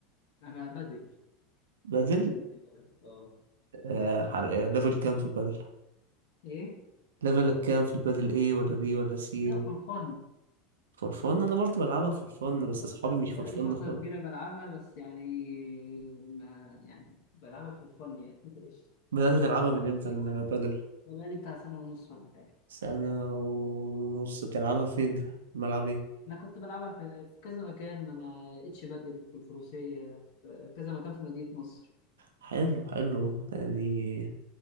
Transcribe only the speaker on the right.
بادل
آه، حر- آه، ليفل كام في البادل؟
ليفلك كام في البادل ايه ولا بي ولا سي
ولا
فور فن انا برضو بلعبها
فور فن
بس اصحابي
مش
فور فن
خالص
بدأت تلعبها من امتى البادل؟
سنة ونص بتلعبها فين؟
ملعب ايه؟
حلو حلو يعني